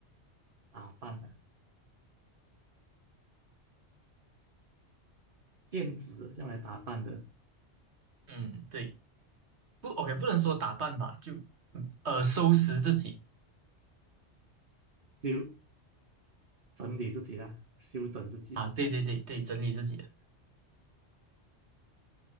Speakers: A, on the right (about 50°); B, on the right (about 70°).
A: 打扮啊，电子用来打扮的，
B: 嗯，对，不，OK，不能说打扮吧，就嗯呃收拾自己
A: 修整理自己啦，修整自己，
B: 啊，对对对对，整理自己的，